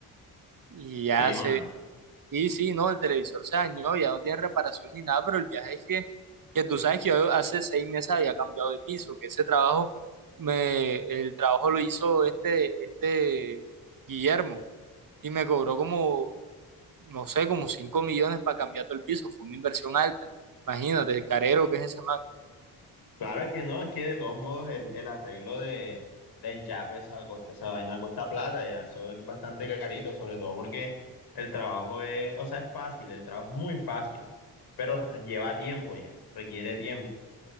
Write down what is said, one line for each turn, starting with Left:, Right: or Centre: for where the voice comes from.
Right: Y ya
Left: Sí, mano.
Right: se, sí, sí, no, el televisor se dañó, ya no tiene reparación ni nada, pero el viaje es que, que tú sabes que yo hace seis meses había cambiado de piso, que ese trabajo, me, el trabajo lo hizo este, este Guillermo y me cobró como, no sé, como cinco millones para cambiar todo el piso, fue una inversión alta. Imagínate, el carero que es ese
Left: Claro, es que no, es que de todos modos el, el arreglo de, de Enchape, esa cosa, esa vaina cuesta plata ya, eso es bastante carito, sobre todo porque el trabajo es, o sea, es fácil, el trabajo es muy fácil, pero lleva tiempo ya, requiere tiempo.